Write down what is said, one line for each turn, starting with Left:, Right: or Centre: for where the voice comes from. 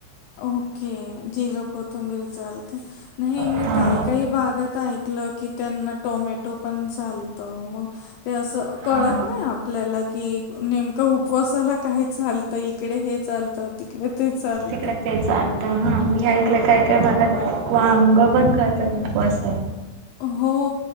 Left: ओके जिर कोथंबीर चालते नाही मी
Right: हा
Left: काही काही भागात ऐकलं की त्यांना टोमॅटो पण चालतं मग ते असं कळत
Right: हा
Left: नाही आपल्याला की नेम उपसा काय चालत इकडे हे चालत तिकडे ते चालत.
Right: तिकडे ते चालत हा मी ऐकलं काही काही भागात वांग पण खातात त उपवास
Left: हो